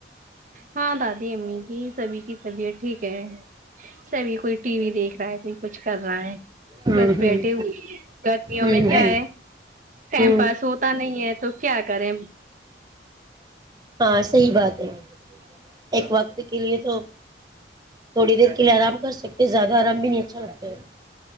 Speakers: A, on the right; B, on the right.
A: ہاں دادی امی کی سبھی کی طبیعت ٹھیک ہے سبھی کوئی ٹی وی دیکھ رہا ہے کوئی کچھ کر رہا ہے
B: ہوں
A: بس
B: ہوں
A: بیٹھے ہوئے گرمیوں
B: ہوں
A: میں کیا
B: ہوں
A: ہے ٹائم
B: ہوں
A: پاس ہوتا نہیں ہے تو کیا کریں
B: ہاں صحی بات ہے ایک وقت کے لیے تو تھوڑی دیر کے لیے آرام کر سکتے زیادہ آرام بھی نہیں اچھا لگتا ہے